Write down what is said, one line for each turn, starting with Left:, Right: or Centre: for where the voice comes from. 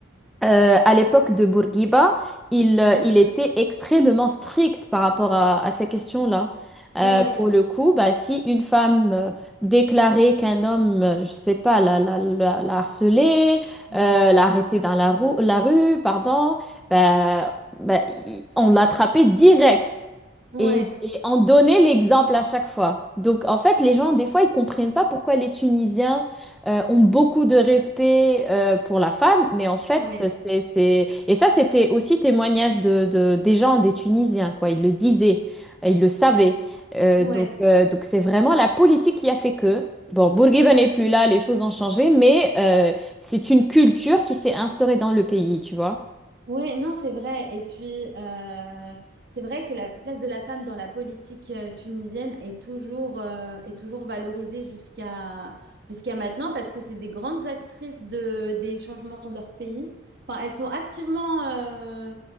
Centre: euh, à l'époque de Bourguiba, il,
Right: Mhm.
Centre: euh, il était extrêmement strict par rapport à, à ces questions-là. Euh,
Right: ouais,
Centre: pour le coup, bah, si une femme euh, déclarait qu'un homme, euh, je sais pas, la, la, la, la harcelait,
Right: ouais,
Centre: euh, l'a arrêtée dans la, rou- la rue, pardon, bah, bah, il- on l'attrapait direct.
Right: ouais,
Centre: Et, et on donnait l'exemple à chaque fois. Donc, en fait, les gens, des fois, ils comprennent pas pourquoi les Tunisiens euh, ont beaucoup de respect euh, pour la femme, mais en fait,
Right: ouais,
Centre: c'est, c'est... Et ça, c'était aussi témoignage de, de- des gens, des Tunisiens, quoi. Ils le disaient, euh, ils le savaient. Euh,
Right: ouais.
Centre: donc, euh, donc c'est vraiment la politique qui a fait que... Bon, Bourguiba n'est plus là, les choses ont changé, mais euh, c'est une culture qui s'est instaurée dans le pays, tu vois.
Right: Ouais, non, c'est vrai. Et puis, euh, c'est vrai que la place de la femme dans la politique euh, tunisienne est toujours, euh, est toujours valorisée jusqu'à jusqu'à maintenant parce que c'est des grandes actrices de, des changements de leur pays. Enfin, elles sont activement euh,